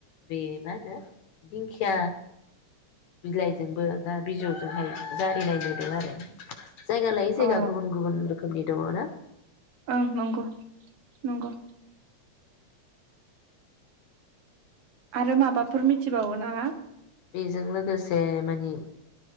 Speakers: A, on the left; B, on the right.
A: बे मा होनो दिंखिया बिलाइजोंबो ना जों बेहाय जारिनाय नुदों आरो। जायगा लायो जायगा
B: अ
A: गुबुन गुबुन रो खोमनि दङ' ना?
B: ओं नंगौ। नंगौ आरो माबाफोर मिथिबावो ना?
A: बेजों लोगोसे मानि